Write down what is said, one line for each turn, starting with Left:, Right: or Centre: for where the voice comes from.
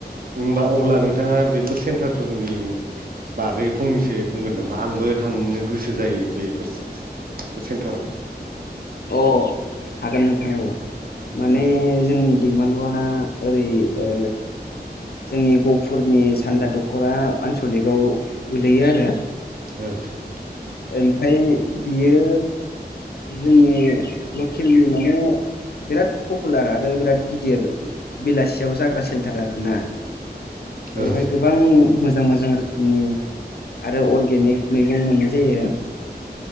Right: होनबा अब्ला नोंथाङा बेफोर सेन्टारफोरनि बागै फंनैसो बुंगोन नामा आंबो थांनो गोसो जायो बेफोर बेफोर सेन्टाराव
Left: अ हागोन नोंथां औ माने
Right: ओं
Left: जोंनि दैमालुआ ओरै ओ जोंनि गफुरनि सान्दा दख'रा आनसलिकाव गोलैयो आरो।
Right: <unintelligible>
Left: ओमफ्राय बियो जोंनि लकेलनि माने बिराद पपुलार आरो बिराद गिदिर बेलासियाव जाग्रा सेन्टार आरो ना। बेवहाय
Right: ओं
Left: गो गोबां मोजां मोजां रोखोमनि आरो अरगेनिक मैगं मोननाय <unintelligible>